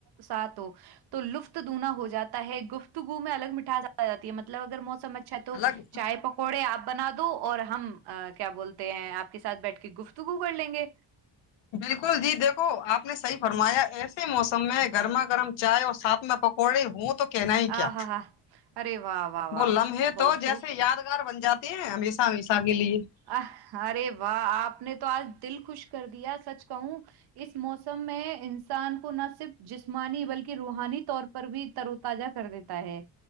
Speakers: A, on the right (about 60°); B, on the left (about 75°).
A: ساتھ ہو تو لطفت دوگنا ہو جاتا ہے گفتگو میں الگ میٹاس آ جاتی ہے مطلب اگر موسم اچھا تو
B: الگ
A: چائے پکوڑے آپ بنا دو اور ہم کیا بولتے ہیں آپ کے ساتھ بیٹھ کے گفتگو کر لیں گے
B: بالکل جی دیکھو آپ نے صحیح فرمایا ایسے موسم میں گرما گرم چائے اور ساتھ میں پکوڑے ہوں تو کہنا ہی
A: ہاں
B: کیا
A: ہاں ہاں ارے واہ واہ واہ
B: وہ لمحے
A: بہت
B: تو جیسے
A: خوب
B: یاد ار بن جاتے ہیں ہمیشہ ہمیشہ کے لیے
A: ا ارے واہ آپ نے تو آج دل خوش کر دیا سچ کہوں اس موسم میں انسان کو نہ صرف جسمانی بلکہ روحانی طور پر پر بھی ترو تزہ کر دیتا ہے